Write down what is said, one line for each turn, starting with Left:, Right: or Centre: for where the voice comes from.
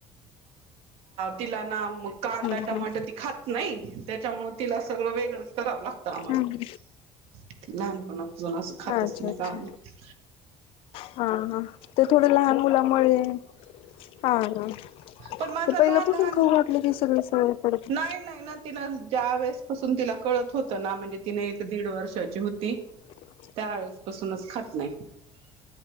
Right: तिला ना मग कांदा
Left: हम्म
Right: टमाट ती खात नाही. त्याच्यामुळं तिला सगळं वेगळंच कराव लागतं आम्हाला
Left: हम्म
Right: लहानपणापसून असं. खातच
Left: अच्छा
Right: नै
Left: अच्छा
Right: कांदे.
Left: हा हा, ते थोडं लहान मुलामुळे. हा हा
Right: पण माझा
Left: ते पहिल्यापासून
Right: लहान लहान
Left: खाऊ
Right: मुलगा
Left: घातलं की सगळे सवय पडते.
Right: नाही नाही ना तिनं ज्या वेळेसपासून तिला कळत होतं ना म्हणजे तिनं एक दीड वर्षाची होती.
Left: तेव्हा.
Right: त्यावेेळेस पासूनच खात नाही